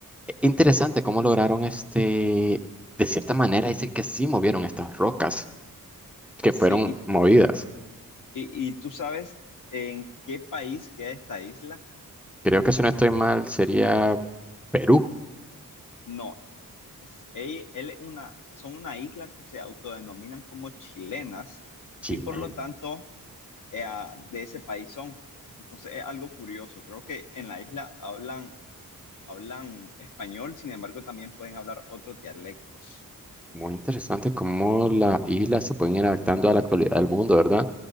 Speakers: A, in the centre; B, on the left.
A: Eh, Interesante cómo lograron este, de cierta manera dicen que sí movieron estas rocas que
B: Sí,
A: fueron movidas.
B: y, y- y tú sabes en qué país queda esta isla.
A: Creo que si no estoy mal sería Perú,
B: No, es- él, él es una, son una isla que se autodenominan como chilenas
A: Chile.
B: y por lo tanto eh, ah, de ese país son. Entonces es algo curioso. Creo que en la isla hablan, hablan español, sin embargo también pueden hablar otros dialectos.
A: Muy interesante cómo las islas se pueden ir adaptando a la actualidad del mundo, ¿verdad?